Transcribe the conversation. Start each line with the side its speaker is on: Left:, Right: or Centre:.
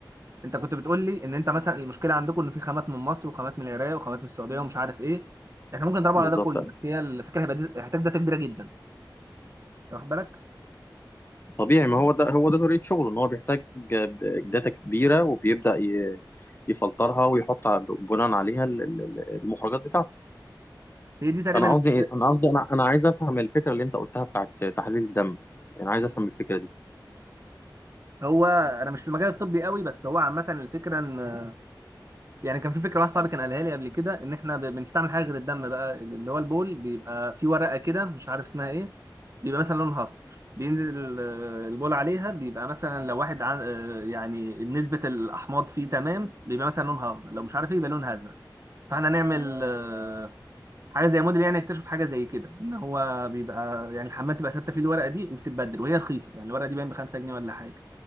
Right: انت كنت بتقول لي ان انت مثلا المشكله عندكم ان في خامات من مصر وخامات من العراق وخامات من السعوديه ومش عارف ايه احنا ممكن نضربه
Left: بالظبط
Right: على ده كله بس هي الفكره هيبقى دي- هتبقى كبيره جدا واخد بالك
Left: طبيعي ما هو ده هو ده طريقة شغله ان هو بيحتاج داتا كبيرة وبيبدأ ي- يفلترها ويحط ع- بناء عليها ال- ال- ال- المخرجات بتاعته
Right: هي دي تقريبا
Left: انا
Right: المشكله
Left: قصدي إيه؟ انا قصدي انا انا عايز افهم الفكرة اللي انت قلتها بتاعت تحليل الدم انا عايز افهم الفكرة دي
Right: هو انا مش في المجال الطبي قوي بس هو عامه الفكره ان يعني كان في فكره واحد صاحبي كان قالها لي قبل كده ان احنا ب- بنستعمل حاجه غير الدم بقى اللي هو البول بيبقى في ورقه كده مش عارف اسمها ايه بيبقى مثلا لونها اصفر بينزل ال- البول عليها بيبقى مثلا لو واحد عن يعني نسبه الاحماض فيه تمام بيبقى مثلا لونها اخضر لو مش عارف ايه يبقى لونها ازرق فاحنا هنعمل آه، حاجه زي موديل يعني اكتشف حاجه زي كده ان هو بيبقى يعني الحمام تبقى ثابته فيه الورقه دي وبتتبدل وهي رخيصه يعني الورقه دي باين ب 5 جنيه ولا حاجه